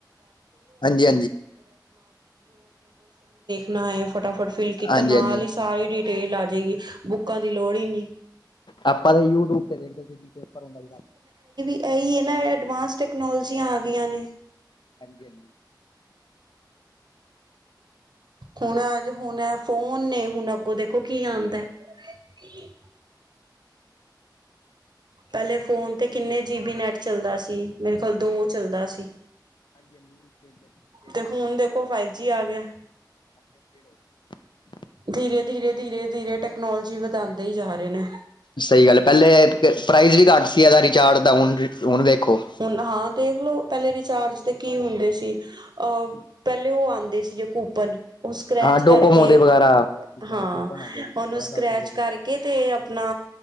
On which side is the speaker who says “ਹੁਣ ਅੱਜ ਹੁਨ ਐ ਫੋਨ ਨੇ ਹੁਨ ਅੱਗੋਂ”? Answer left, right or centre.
Right